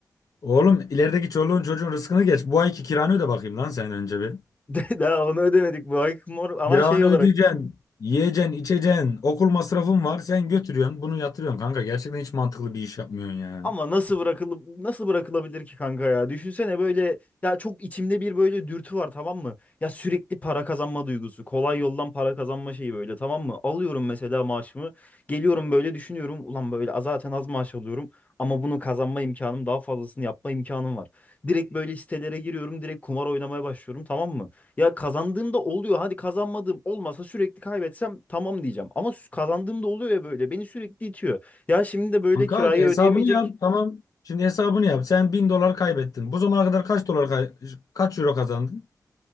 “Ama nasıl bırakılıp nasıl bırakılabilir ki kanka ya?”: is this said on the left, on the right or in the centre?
Left